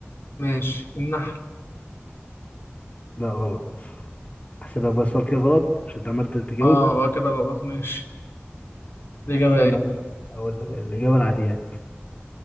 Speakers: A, on the left; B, on the left.
A: ماشي النحل
B: لا غلط احسب لك بس سؤال كده غلط عشان انت عملت تجاوب
A: اه هو كده غلط ماشي الإجابة
B: استنى
A: ايه؟
B: اقول لك اقول لك الاجابه العاديات